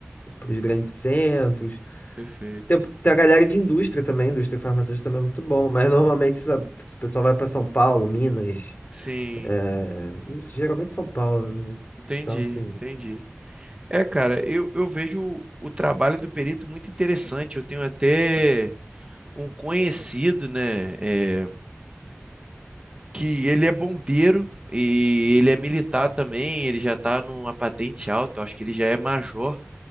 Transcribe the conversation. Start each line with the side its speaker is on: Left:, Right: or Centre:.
Left: os grandes centros.
Right: perfeito.
Left: Tem, tem a galera de indústria também, indústria farmacêutica também é muito bom, mas normalmente essa- esse pessoal vai para São Paulo, Minas,
Right: Sim,
Left: é, geralmente São Paulo, né?
Right: entendi,
Left: Então, assim,
Right: entendi. É, cara, eu, eu vejo o trabalho do perito muito interessante. Eu tenho até um conhecido, né? é, que ele é bombeiro e ele é militar também, ele já tá numa patente alta, eu acho que ele já é major